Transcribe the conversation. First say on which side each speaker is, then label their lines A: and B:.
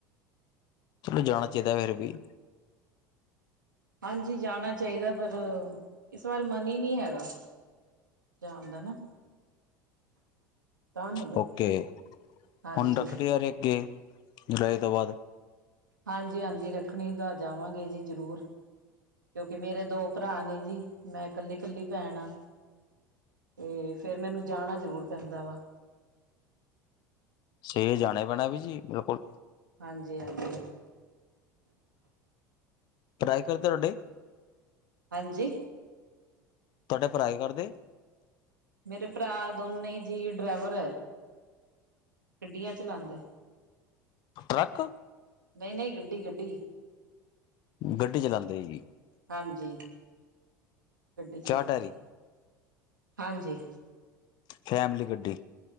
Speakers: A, on the left; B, on the right.
A: ਚਲੋ ਜਾਣਾ ਚਾਹੀਦਾ, ਫੇਰ ਵੀ।
B: ਹਾਂਜੀ‌ ਜਾਣਾ ਚਾਹੀਦਾ, ਪਰ ਇਸ ਵਾਰ ਮਨ ਹੀ ਨਹੀਂ ਹੈਗਾ, ਜਾਣ ਦਾ ਨਾ ਤਾਂ ਨਹੀਂ ਗਏ
A: ਓਕੇ
B: ਹਾਂਜੀ
A: ਹੁਣ ਰੱਖੜੀ ਆ ਰੀ, ਅੱਗੇ ਜੁਲਾਈ ਤੋਂ ਬਾਅਦ
B: ਹਾਂਜੀ। ਹਾਂਜੀ। ਰੱਖਣੀ ਤਾਂ ਜਾਵਾਂਗੇ ਜੀ, ਜ਼ਰੂਰ ਕਿਉਂਕਿ ਮੇਰੇ ਦੋ ਭਰਾ ਨੇ ਜੀ, ਮੈਂ ਕੱਲੀ- ਕੱਲੀ ਭੈਣ ਆਂ ਤੇ, ਫੇਿਰ ਮੈਨੂੰ ਜਾਣਾ ਜ਼ਰੂਰ ਪੈਂਦਾ ਵਾ।
A: ਸ ਜਾਣਾ ਪੈਣਾ ਵੀ ਜੀ ਬਿਲਕੁਲ
B: ਹਾਂਜੀ ਹਾਂਜੀ
A: ਟਰਾਏ ਕਰਤਾ ਹਾਡੇ
B: ਹੰਜੀ
A: ਤੁਹਾਡੇ ਭਰਾ ਕੀ ਕਰਦੇ।
B: ਮੇਰੇ ਭਰਾ ਦੋਨੇ ਜੀ ਡਰਾਈਵਰ ਗੱਡੀਆਂ ਚਲਾਉਦੇ।
A: ਟਰੱਕ।
B: ਨਹੀਂ ਨਹੀਂ ਗੱਡੀ ਗੱਡੀ
A: ਗੱਡੀ ਚਲਾਉਂਦੇ ਜੀ।
B: ਹਾਂਜੀ ਗੱਡੀ ਚਲਾਉਂਦੇ।
A: ਚਾਰ ਟਾਇਰੀ
B: ਹਾਂਜੀ।
A: ਫੈਮਲੀ ਗੱਡੀ।